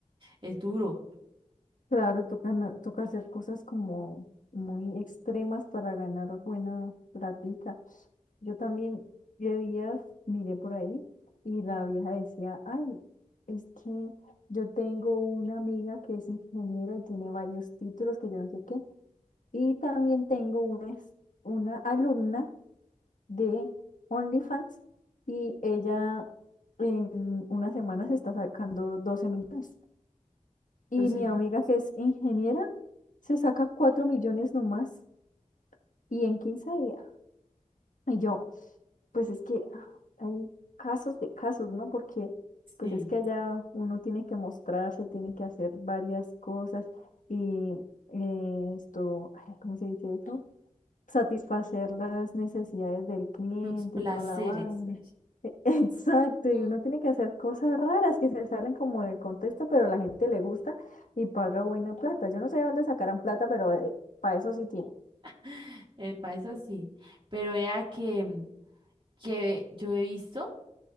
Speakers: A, on the right (about 40°); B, on the left (about 80°).
A: es duro.
B: Claro, toca, no- toca hacer cosas como muy extremas para ganar buena platica. Yo también, de días, miré por ahí y la vieja decía, ay, es que yo tengo una amiga que es ingeniera y tiene varios títulos que yo no sé qué. Y también tengo una, es- una alumna de OnlyFans y ella en unas semanas está sacando 12 millones. Y
A: Los,
B: mi
A: em-
B: amiga que es ingeniera se saca 4 millones nomás y en 15 días. Y yo, pues es que ah, hay casos de casos, ¿no? Porque pues
A: sí,
B: es que allá uno tiene que mostrarse, tiene que hacer varias cosas y eh, esto, ay, ¿cómo se dice eso? satisfacer las necesidades del cliente
A: los placeres.
B: y toda la vaina.
A: uy,
B: E- <laughs> Exacto,
A: mm,
B: y uno tiene que hacer cosas raras que se salen como del contexto, pero la gente le gusta y paga buena plata. Yo no sé de dónde sacarán plata, pero para eso sí tiene.
A: <laughs> eh, para eso sí. Pero vea que... mm, que yo he visto